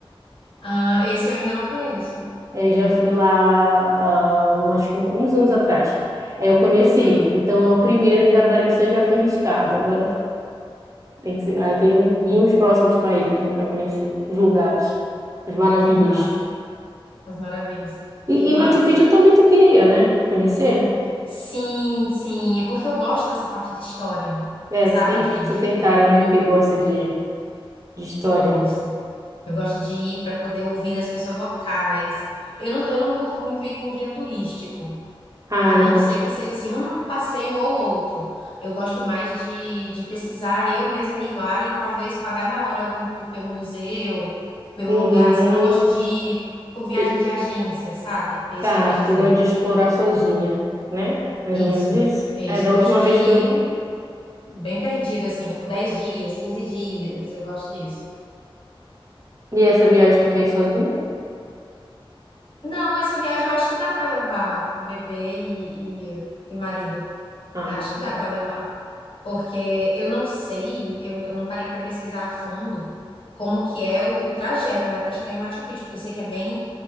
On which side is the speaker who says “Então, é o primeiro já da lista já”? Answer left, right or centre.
Right